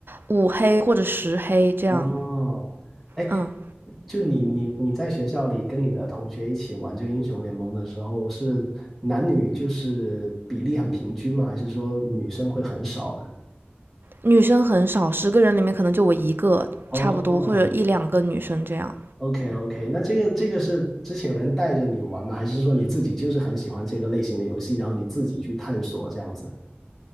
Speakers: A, on the right (about 60°); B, in the centre.
A: 五黑或者十黑这样，
B: 哦，哎，
A: 嗯，
B: 就你你你在学校里跟你的同学一起玩这个英雄联盟的时候，是男女就是比例很平均吗？还是说女生会很少呢？
A: 女生很少，十个人里面可能就我一个，
B: 哦
A: 差不多或者一两个女生这样。
B: ，OK OK，那这个这个是之前有人带着你玩吗？还是说你自己就是很喜欢这个类型的游戏，然后你自己去探索这样子？<laughs>